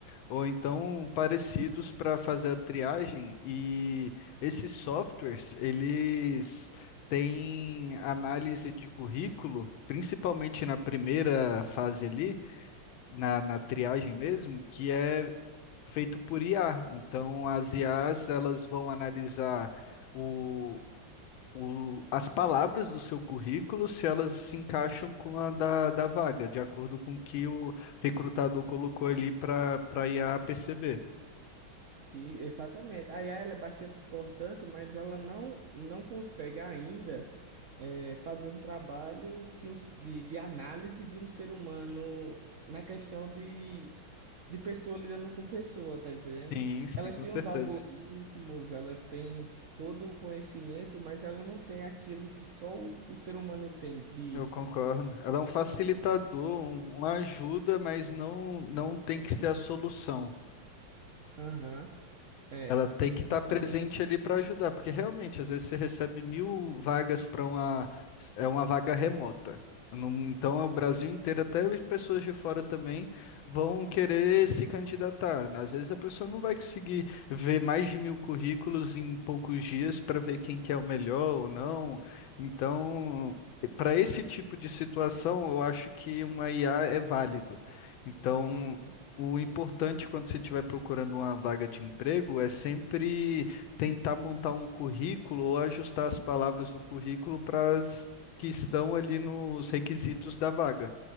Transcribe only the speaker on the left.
ou então parecidos para fazer a triagem e esses softwares, eles têm análise de currículo, principalmente na primeira fase ali, na, na triagem mesmo, que é feito por IA. Então as IAs, elas vão analisar o o- as palavras do seu currículo, se elas se encaixam com a da, da vaga, de acordo com o que o recrutador colocou ali para para I a perceber.
Sim, sim,
com
certeza.
Eu concordo. Ela é um facilitador,
um- uma ajuda, mas não, não tem que ser a solução.
Ela tem que
estar presente ali para ajudar, porque realmente, às vezes você recebe mil vagas para uma, é uma vaga remota. Não- Então, é o Brasil inteiro, até as pessoas de fora também vão querer se candidatar. né? Às vezes a pessoa não vai conseguir ver mais de mil currículos em poucos dias para ver quem que é o melhor ou não. Então, para esse tipo de situação, eu acho que uma IA é válido. Então,
o importante quando você estiver procurando uma vaga de emprego é sempre tentar montar um currículo ou ajustar as palavras do currículo para as que estão ali nos requisitos da vaga,